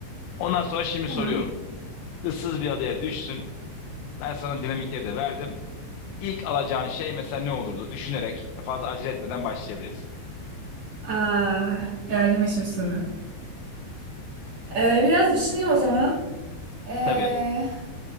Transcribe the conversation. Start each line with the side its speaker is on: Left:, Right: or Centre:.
Left: Ondan sonra şimdi
Right: Tamam.
Left: soruyorum. ıssız bir adaya düştün. Ben sana dinamikleri de verdim. İlk alacağın şey mesela ne olurdu? Düşünerek e, fazla acele etmeden başlayabiliriz.
Right: Aa, geldi meşhur soru. Ee, biraz düşüneyim o zaman. Ee,
Left: Tabii.